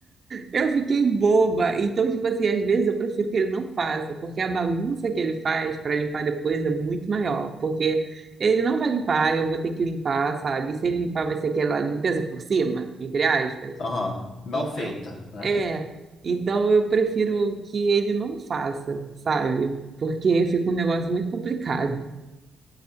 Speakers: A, on the right; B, on the left.
A: Eu fiquei boba. Então, tipo assim, às vezes eu prefiro que ele não faça, porque a bagunça que ele faz para limpar depois é muito maior, porque ele não vai limpar, eu vou ter que limpar, sabe? E se ele limpar, vai ser aquela limpeza por cima, entre aspas.
B: Aham, Mal
A: Então,
B: feita, né?
A: é. Então eu prefiro que ele não faça, sabe? Porque fica um negócio muito complicado.